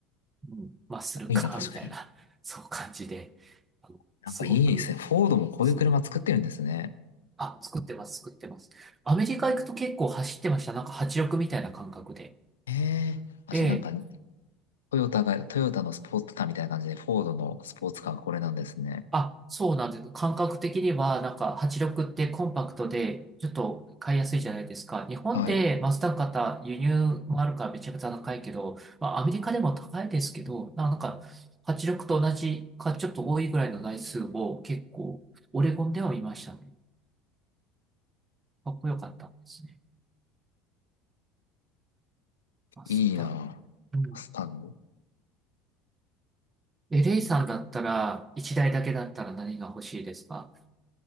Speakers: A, on the right (about 25°); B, on the left (about 80°).
A: うん、マッスルカーみたいな、
B: いいな、確かに。
A: <laughs> そう感じで、あのすごく、
B: なんかいいですね。フォードもこういう車作ってるんですね。
A: そう、あ、作ってます、作ってます。アメリカ行くと結構走ってました。なんか86みたいな感覚で。
B: へえ。あ、
A: ええ。
B: じゃあなんか、トヨタが、トヨタのスポーツカーみたいな感じで、フォードのスポーツカーがこれなんですね。
A: あ、そうなんです。感覚的には、なんか、8力ってコンパクトで、ちょっと買いやすいじゃないですか。日本でマスダ型輸入もあるからめちゃくちゃ高いけど、
B: はい。
A: まあ、アメリカでも高いですけど、ななんか、8力と同じか、ちょっと多いぐらいの台数を結構、オレゴンでは見ましたね。かっこよかったんですね。マスダ。
B: いいな
A: うん。
B: ぁ。スタンド。本
A: え、レイさんだったら、1台だいだけだったら何が欲しいですか